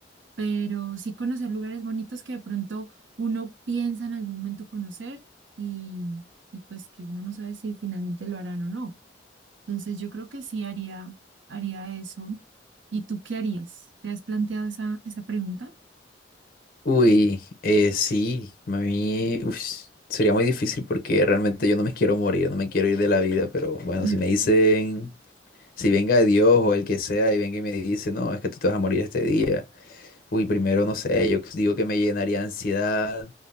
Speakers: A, on the right; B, on the left.
A: pero sí conocer lugares bonitos que de pronto uno piensa en algún momento conocer y, y pues que uno no sabe si finalmente lo harán o no. Entonces yo creo que sí haría, haría eso. ¿Y tú qué harías? ¿Te has planteado esa, esa pregunta?
B: Uy, eh, sí, a mí uf, sería muy difícil porque realmente yo no me quiero morir, no me quiero ir de la vida, pero bueno,
A: <laughs>
B: si me dicen, si venga Dios o el que sea y venga y me dice, no, es que tú te vas a morir este día. Uy, primero no sé, yo digo que me llenaría de ansiedad